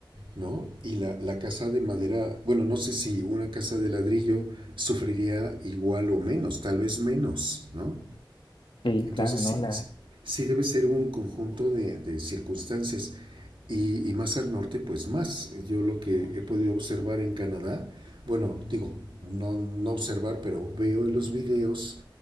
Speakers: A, on the right; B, on the left.
A: ¿no? Y la, la casa de madera, bueno, no sé si una casa de ladrillo sufriría igual o menos, tal vez menos, ¿no?
B: Sí,
A: Entonces
B: claro,
A: sí,
B: ¿no? La,
A: sí debe ser un conjunto de, de circunstancias y, y más al norte, pues más. Yo lo que he podido observar en Canadá, bueno, digo, no, no observar, pero veo en los videos